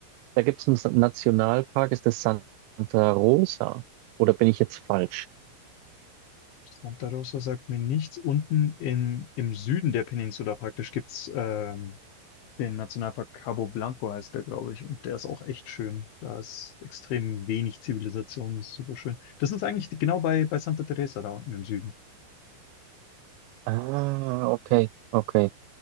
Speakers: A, on the right (about 85°); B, on the left (about 75°).
A: da gibt es einen Nationalpark, ist das Santa Rosa? Oder bin ich jetzt falsch?
B: Santa Rosa sagt mir nichts. Unten in, im Süden der Peninsula praktisch gibt's ähm, den Nationalpark Cabo Blanco, heißt der, glaube ich. Und der ist auch echt schön. Da ist extrem wenig Zivilisation, das ist super schön. Das ist eigentlich genau bei, bei Santa Teresa da unten im Süden.
A: Ah, okay, okay.